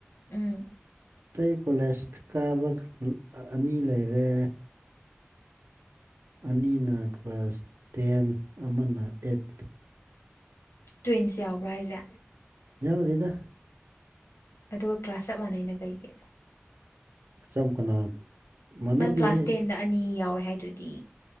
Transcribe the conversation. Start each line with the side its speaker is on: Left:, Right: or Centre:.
Left: ꯎꯝ
Right: ꯑꯇꯩ ꯀꯣꯂꯦꯖ ꯀꯥꯕ ꯑꯅꯤ ꯂꯩꯔꯦ ꯑꯅꯤꯅ ꯀ꯭ꯂꯥꯁ ꯇꯦꯟ ꯑꯃꯅ ꯑꯦꯠ
Left: ꯇ꯭ꯋꯤꯟꯁ ꯌꯥꯎꯕ꯭ꯔꯥ ꯍꯥꯏꯖꯦ
Right: ꯌꯥꯎꯗꯦꯗ
Left: ꯑꯗꯨꯒ ꯀ꯭ꯂꯥꯁ ꯆꯞ ꯃꯥꯟꯅꯩꯅ ꯀꯩꯒꯤ
Right: ꯆꯝ ꯀꯅꯥ ꯃꯥꯟꯅꯗꯦꯍꯦ
Left: ꯅꯪ ꯀ꯭ꯂꯥꯁ ꯇꯦꯟꯗ ꯑꯅꯤ ꯌꯥꯎꯋꯦ ꯍꯥꯏꯗꯨꯗꯤ